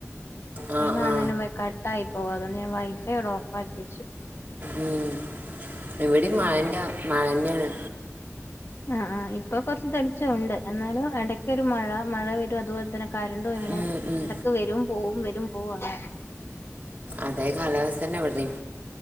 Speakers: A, on the right (about 35°); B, on the left (about 55°).
A: ആ
B: ടൈം ആക്കുന്നെന്നുനുമ്പേ
A: ആ
B: കട്ടായി പോവാ അതോണ്ട് ഞാൻ വൈഫൈ അവിടെ ഓഫ് ആക്കി വെച്ചു
A: ഉം ഇവിടെയും മഴന്റെ മഴ തന്നെയാണ്
B: ആഹ് ആ ഇപ്പൊ കൊറച്ച് തെളിച്ചം ഉണ്ട് എന്നാലും ഇടക്ക് ഒരു മഴ മഴ വരും അതുപോലെ തന്നെ കരണ്ടും ഇങ്ങനെ
A: ഉം, ഉം.
B: ഇടക്ക് വരും പോവും വരും പോവും അങ്ങനെ
A: അതെ കാലാവസ്ഥ തന്നെ ഇവിടേം